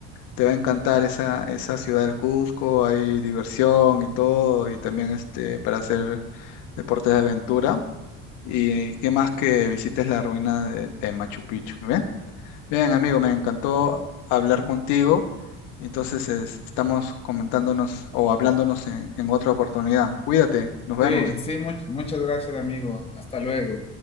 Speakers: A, on the left; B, on the left.
A: Te va a encantar esa, esa ciudad del Cusco, hay diversión y todo, y también este, para hacer deportes de aventura. Y qué más que visites la ruina de, de Machu Picchu, ¿muy ¿bien? Bien, amigo, me encantó hablar contigo. Entonces, es- estamos comentándonos o hablándonos en en otra oportunidad. Cuídate, nos
B: Sí,
A: vemos.
B: sí, much- muchas gracias, amigo. Hasta luego.